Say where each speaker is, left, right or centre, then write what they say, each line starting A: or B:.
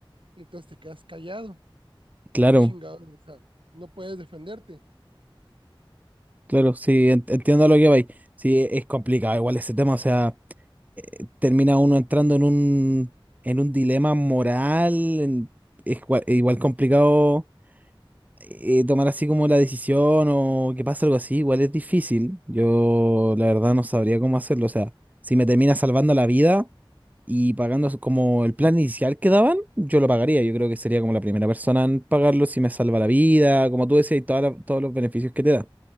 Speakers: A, on the right; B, on the right.
A: Entonces te quedas callado.
B: Claro.
A: Qué chingados, o sea, no puedes defenderte.
B: Claro, sí, en- entiendo lo que vais. Sí, e-, es complicado igual ese tema, o sea, eh, termina uno entrando en un, en un dilema moral, en- es igual, es igual complicado eh, tomar así como la decisión o que pasa algo así, igual es difícil. Yo la verdad no sabría cómo hacerlo, o sea, si me termina salvando la vida y pagando su- como el plan inicial que daban, yo lo pagaría, yo creo que sería como la primera persona en pagarlo si me salva la vida, como tú decías, y toda la- todos los beneficios que te da.